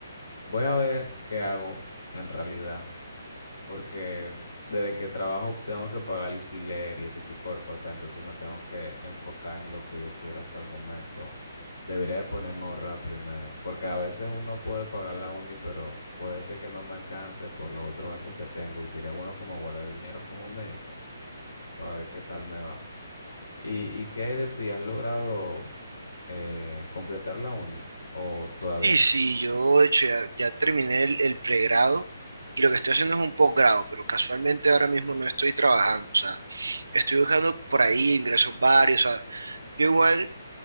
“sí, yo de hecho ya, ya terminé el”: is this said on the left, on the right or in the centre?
Right